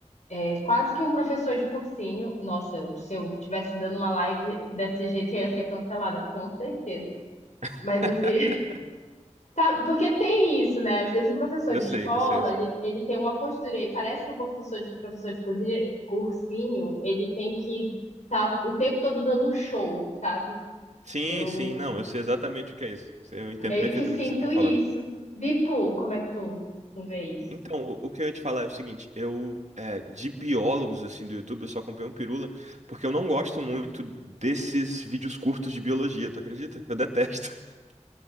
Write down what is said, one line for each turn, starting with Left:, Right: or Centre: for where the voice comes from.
Left: é quase que um professor de cursinho. Nossa, eu- se eu estivesse dando uma live desse jeito, eu ia ser cancelada, com certeza.
Right: <laughs>
Left: Mas assim, Tá, porque tem isso, né? Às vezes o professor
Right: Eu
Left: de
Right: sei,
Left: escola,
Right: eu sei, eu sei.
Left: ele, ele tem uma postura e parece que o professor de, professor de cozinha, cursinho, ele tem que estar tá o tempo todo dando um show, sabe?
Right: Sim,
Left: Eu
Right: sim, não, eu sei exatamente o que é isso. Eu entendo
Left: meio
Right: perfeitamente
Left: que sinto
Right: o que você está
Left: isso.
Right: falando.
Left: E tu, como é que tu, tu vê isso?
Right: Então, o, o que eu ia te falar é o seguinte, eu, é, de biólogos, assim, do YouTube, eu só comprei um Pirula, porque eu não gosto muito desses vídeos curtos de biologia, tu acredita? Eu detesto. <laughs>